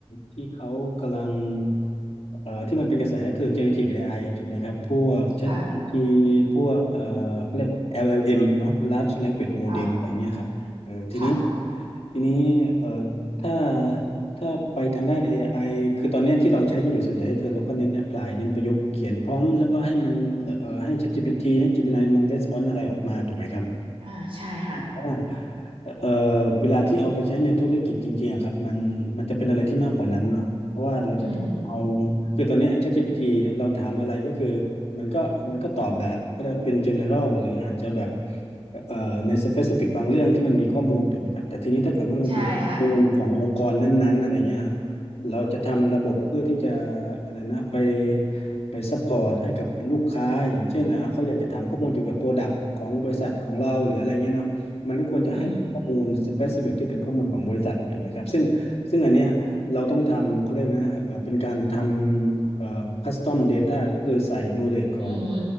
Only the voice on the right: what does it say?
ค่ะ
ค่ะ
ค่ะ
อ่าใช่ค่ะ
อืม
ใช่ค่ะ
อืม
อืม